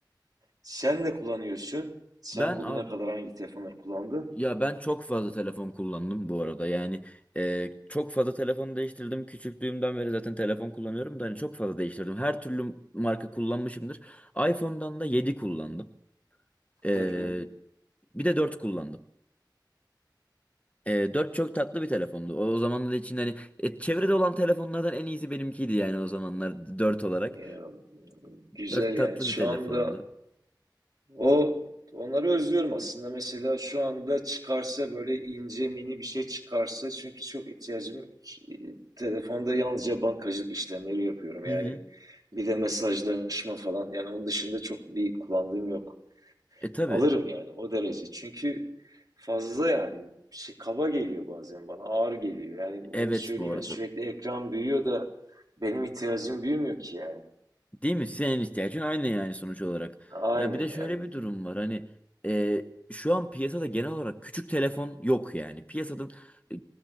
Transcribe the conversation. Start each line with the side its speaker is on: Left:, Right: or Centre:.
Right: Sen ne kullanıyorsun? Sen
Left: Ben
Right: bugüne
Left: abi
Right: kadar hangi telefonları kullandın?
Left: Ya ben çok fazla telefon kullandım bu arada. Yani e, çok fazla telefon değiştirdim. Küçüklüğümden beri zaten telefon kullanıyorum da hani çok fazla değiştirdim. Her türlü marka kullanmışımdır. iPhone'dan da 7 kullandım. E,
Right: Hı hı.
Left: bir de dört kullandım. E, 4 çok tatlı bir telefondu. O, o zamanlar için hani e, çevrede olan telefonlardan en iyisi benimkiydi yani o zamanlar dört olarak.
Right: Ya, güzel
Left: Dört
Right: yani.
Left: tatlı
Right: Şu
Left: bir telefondu.
Right: anda o onları özlüyorum aslında. Mesela şu anda çıkarsa böyle ince mini bir şey çıkarsa çünkü çok ihtiyacım telefonda yalnızca bankacılık işlemleri yapıyorum. Yani
Left: Hı hı.
Right: bir de mesajlaşma falan. Yani onun dışında çok bir kullandığım yok.
Left: E tabii.
Right: Alırım yani o derece. Çünkü fazla yani şey, kaba geliyor bazen bana, ağır geliyor. Yani onu
Left: Evet
Right: söyleyeyim
Left: bu arada.
Right: ya sürekli ekran büyüyor da benim ihtiyacım büyümüyor ki yani.
Left: Değil mi? Senin ihtiyacın aynı yani sonuç olarak.
Right: Aynen
Left: Ya bir de şöyle
Right: yani.
Left: bir durum var. Hani e, şu an piyasada genel olarak küçük telefon yok yani. Piyasanın e,